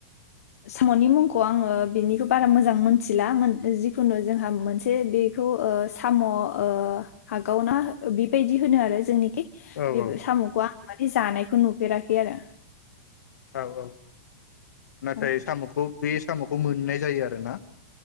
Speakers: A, on the left; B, on the left.
A: सामनि मुंखौ आंङो बिनिखौ बारा मोजां मोनथिला मोन जिखुनु जोंहा मोनसे बेखौ ओ साम ओ हागावना बेबायदि होनो आरो जोंनि बे
B: औ औ
A: सामखौ आं मानि जानायखौ नुफेराखै आरो।
B: औ औ। नाथाय
A: औ
B: सामखौ बे सामखौ मोननाय जायो आरोना।